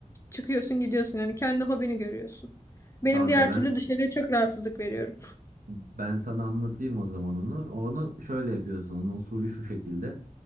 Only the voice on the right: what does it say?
Kanka
ben
Ben sana anlatayım o zaman onu. Onu şöyle yapıyorsun. Onun usulü şu şekilde.